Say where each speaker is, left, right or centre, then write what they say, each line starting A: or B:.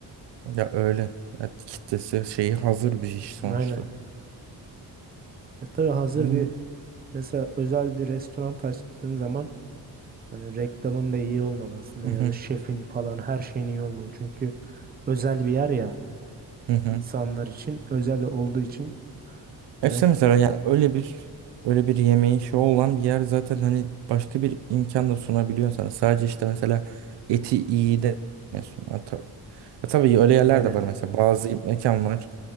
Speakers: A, on the right; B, on the right.
A: Ya öyle. Ya kitlesi şeyi hazır bir iş sonuçta.
B: Aynen. E tabii hazır
A: Yani-
B: bir mesela özel bir restoran açtığın zaman hani reklamın da iyi olmalı aslında
A: Hı
B: ya
A: hı.
B: da şefin falan her şeyin iyi olmalı. Çünkü özel bir yer ya
A: Hı hı.
B: insanlar için özel olduğu için
A: Ya
B: yani
A: İşte mesela yani öyle bir öyle bir yemeği şey olan bir yer zaten hani başka bir imkan da sunabiliyor sana. Sadece işte mesela eti iyi de sunuyor. Ya ta- ya tabii öyle yerler
B: aynen
A: de var mesela. Bazı mekan var.